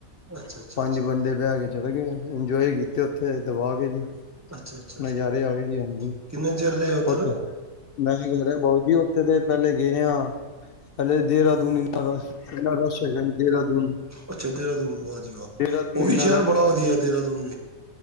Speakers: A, on the right (about 20°); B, on the left (about 65°).
A: ਅੱਛਾ-ਅੱਛਾ, ਅੱਛਾ, ਅੱਛਾ-ਅੱਛਾ,
B: ਪੰਜ
A: ਅੱਛਾ।
B: ਬੰਦੇ ਬਹਿ ਕੇ ਚਲੇ ਗਏ, ਇੰਜੋਏ ਕੀਤੇ ਉਥੇ ਦਬਾ ਕੇ ਜੀ
A: ਅੱਛਾ ਅੱਛਾ ਅੱਛਾ,
B: ਨਜ਼ਾਰੇ ਅਏਗ ਜੀ ਹਾਂਜੀ
A: ਕਿੰਨੇ ਚਿਰ ਰਹੇ ਆ ਉਧਰ
B: ਉੱਥੇ ਮੈਂ ਗਰਿ ਬਊ ਜੀ ਉੱਥੇ ਦੇ ਪਹਿਲੇ ਗਏ ਹਾਂ ਹਲੇ ਦੇਹਰਾਦੂਨ ਇਨਾ ਰਸ ਇੰਨਾ ਰਸ਼ ਹੈਗਾ ਦੇਹਰਾਦੂਨ
A: ਅੱਛਾ ਦੇਹਰਾਦੂਨ ਵਾਹ ਜੀ ਵਾਹ
B: ਦੇਹਰਾਦੂਨ
A: ਉਹ
B: ਇੰਨਾ
A: ਵੀ ਸ਼ਹਿਰ
B: ਰਸ਼
A: ਬੜਾ ਵਧੀਆ ਦੇਹਰਾਦੂਨ ਵੀ